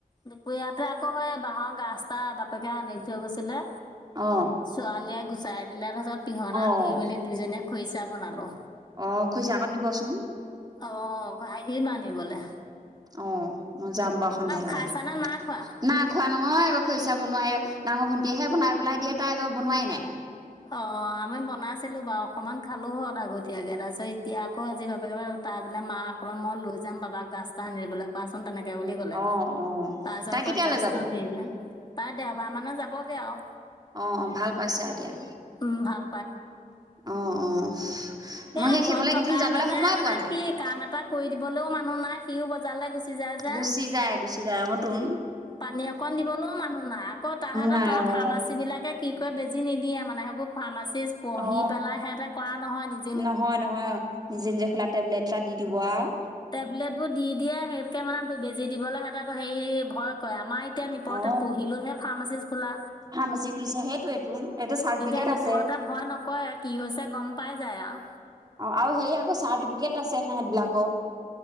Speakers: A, on the left; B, on the right.
A: দুপৰীয়াতে আকৌ সেই বাঁহৰ গাজটা বাপেক আনি থৈ গৈছিলে
B: অ
A: ছোৱালীয়ে গুচাই দিলে তাৰপিছত পিহনাত
B: অ
A: দি মেলি দুইজনীয়ে খৰিচা বনালো।
B: অ খৰিচাকণ দিবচোন
A: অ ঘাঁহি মানিবলে।
B: অ ম যাম বাৰু সন্ধিয়া লৰা,
A: খাইছানে নাই খোৱা?
B: নাই খোৱা নহয় খৰিচা বনাই ডাঙৰ ভন্ত তেতিয়াহে বনাই পেলাই দিয়ে তাই এইবাৰ বনোৱাই নাই।
A: অ আমি বনাইছিলো বাৰু, অকনমান খালো হত আগতীয়াকে তাৰপিছত এতিয়া আকৌ আজি বাপেকে তাই বোলে মা অকমান মই লৈ যাম বাবাক গাজ এটা আনৰিবলৈ কোৱাচোন তেনেকে তেওঁ বুলি কলে,
B: অ অ
A: তাৰ পিছত
B: তাই কেতিয়ালৈ
A: গাজটো
B: যাব
A: নিদিলে তাই দেওবাৰ মানে যাবগে আৰু।
B: অ অ ভাল পাইছা দিয়া
A: উম ভাল
B: অ অ। মই
A: এ
B: সেই সেইফালে
A: ঘৰত থকাতেনে
B: কেইদিন যাবলৈ সময়
A: মানে
B: পোৱা নাই
A: কি কাম এটা কৰি দিবলৈও মানুহ নাই, সিও বজাৰলৈ গুচি যায় যে
B: গুচি যায় গুচি যায় অ তুন।
A: পানী অকণ দিবলৈও মানুহ নাই, আকৌ তাহাঁতৰ
B: নাই
A: তাৰ
B: অ
A: ফাৰ্মাচী বিলাকে কি কয় বেজি নিদিয়ে, মানে সেইবোৰ ফাৰ্মাচি পঢ়ি
B: অ
A: পেলাই সিহঁতে কৰা নহয় নেকি?
B: নহয় নহয় নিজে নিজে খোলা টেবলেট এটা দি দিব আৰু।
A: টেবলেট বোৰ দি দিয়ে সেইহতকে মানে বেজি দিবলৈ সিহঁতেৰ হেৰি ভয় কৰে আমাৰ এতিয়া নিপৰতে
B: অ
A: পঢ়িলোহে ফাৰ্মাচি খোলা
B: ফাৰ্মাচী খুলিছে সেইটোৱেইটোন এইটো চাৰ্টিফিকেট
A: এতিয়া নিপহতে
B: আছে
A: ভয় নকয়ে কি হৈছে গম পাই যায় আৰু।
B: অ আৰু সেই আকৌ চাৰ্টিফিকেট আছে সিহঁত বিলাকৰ।